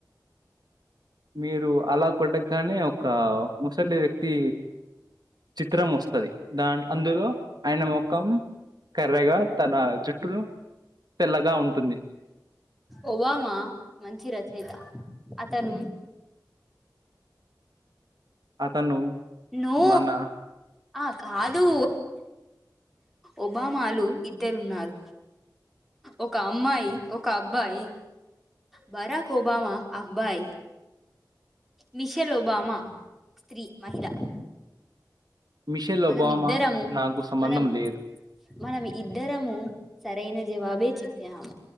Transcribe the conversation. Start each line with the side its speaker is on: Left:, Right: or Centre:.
Right: మీరు అలా కొట్టగానే ఒక ముసలి వ్యక్తి చి చిత్రం వస్తది దా అందులో ఆయన మొఖం కర్రగా తన జుట్టును తెల్లగా ఉంటుంది
Centre: ఒబమా మంచి రచయిత అతను
Right: అతను
Centre: ను
Right: మన
Centre: ఆ కాదు ఒబామాలు ఇద్దరు ఉన్నారు ఒక అమ్మాయి ఒక అబ్బాయి బరాక్ ఓబామా అబ్బాయి మిషెల్ ఓబమా స్త్రీ మహిళ
Right: మిషెల్ ఒబామా
Centre: మనం ఇద్దరము
Right: నాకు సంబంధం
Centre: మనం
Right: లేదు
Centre: మనం ఇద్దరము సరైన జవాబే చెప్పాము